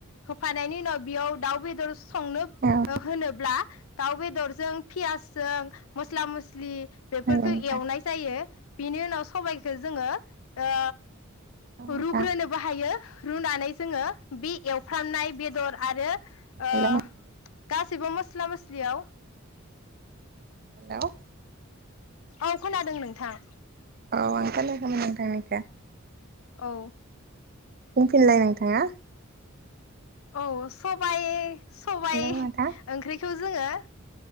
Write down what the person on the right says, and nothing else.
औ नोंथां
औ नोंथां
औ नोंथां
हेलौ
हेलौ
औ आं खोनायाखैमोन नोंथांनि खौ
बुंफिनलाय नोंथाङा
हेलौ नोंथां